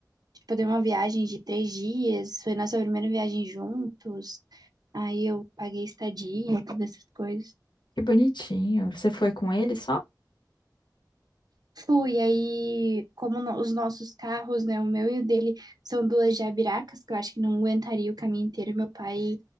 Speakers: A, on the right (about 60°); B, on the left (about 85°).
A: Tipo, eu dei uma viagem de três dias, foi nossa primeira viagem juntos, aí eu paguei estadia, todas essas coisas.
B: Que bonitinho. Você foi com ele só?
A: Fui, aí, como no- os nossos carros, né, o meu e o dele, são duas jabiracas, que eu acho que não aguentaria o caminho inteiro, meu pai